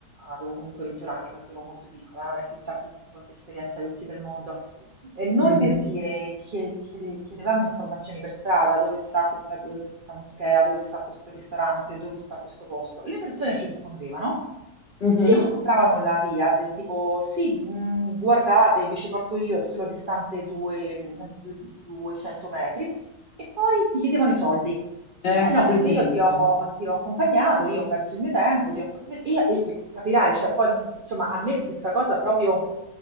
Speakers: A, on the right; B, on the left.
A: avevo comunque 21 anni, per cui ero molto piccola, non è chissà che- quanta esperienza avessi del mondo, eh, noi
B: mhm,
A: per dire, chie- chiede- chiedevamo informazioni per strada, dove sta questa, questa moschea, dove sta questo ristorante, dove sta questo posto. Le persone ci rispondevano,
B: mhm.
A: ci mostravano la via del tipo, sì, mh, guardate, vi ci porto io, è solo distante due- mh, du- 200 metri, e poi ti chiedevano i soldi.
B: Eh,
A: Eh no,
B: sì,
A: perché
B: sì,
A: io
B: sì,
A: ti ho,
B: sì.
A: ti ho accompagnato, io ho perso il mio tempo, ti ho fatto vedere, e, e- e capirai, cioè poi, insomma, a me questa cosa proprio